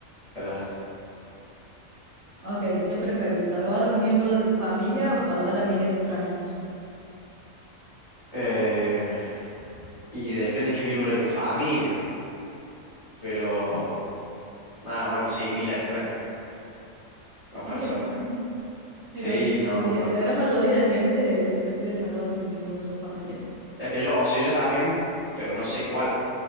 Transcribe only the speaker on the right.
Ok, ¿qué preferís? ¿Salvar a un miembro de tu familia o salvar a mil extraños?
Mil extraños.
Mira, la
cantidad,
la
gran mayoría de gente prefiere salvar un miembro de su familia.